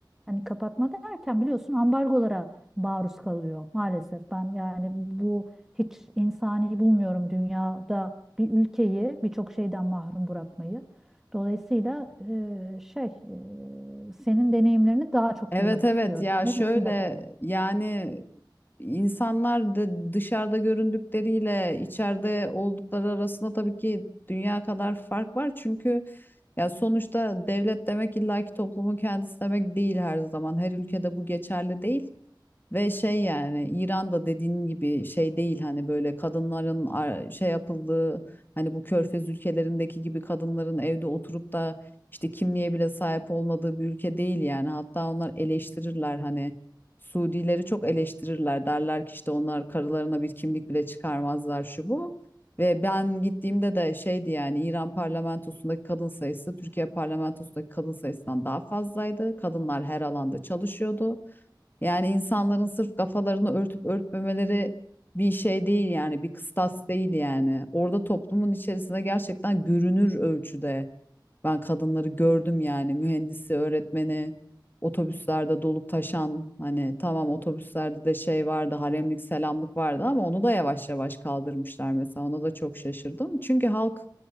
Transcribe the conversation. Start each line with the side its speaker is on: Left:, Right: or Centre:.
Centre: hani kapatma derken biliyorsun ambargolara maruz kalıyor maalesef. Ben yani bu hiç insani bulmuyorum dünyada bir ülkeyi birçok şeyden mahrum bırakmayı. Dolayısıyla e, şey e, senin deneyimlerini daha çok
Left: Evet
Centre: duymak
Left: evet
Centre: istiyorum.
Left: ya
Centre: Neresinde
Left: şöyle
Centre: kaldın?
Left: yani insanlar da dışarıda göründükleriyle içeride oldukları arasında tabii ki dünya kadar fark var. Çünkü ya sonuçta devlet demek illaki toplumun kendisi demek değil her zaman. Her ülkede bu geçerli değil. Ve şey yani İran'da dediğin gibi şey değil hani böyle kadınların ar- şey yapıldığı hani bu Körfez ülkelerindeki gibi kadınların evde oturup da işte kimliğe bile sahip olmadığı bir ülke değil yani. Hatta onlar eleştirirler hani Suudileri çok eleştirirler derler ki işte onlar karılarına bir kimlik bile çıkarmazlar şu bu. Ve ben gittiğimde de şeydi yani İran parlamentosundaki kadın sayısı Türkiye parlamentosundaki kadın sayısından daha fazlaydı. Kadınlar her alanda çalışıyordu. Yani insanların sırf kafalarını örtüp örtmemeleri bir şey değil yani bir kıstas değil yani. Orada toplumun içerisinde gerçekten görünür ölçüde ben kadınları gördüm yani mühendisi, öğretmeni, otobüslerde dolup taşan hani tamam otobüslerde de şey vardı haremlik selamlık vardı ama onu da yavaş yavaş kaldırmışlar mesela ona da çok şaşırdım. Çünkü halk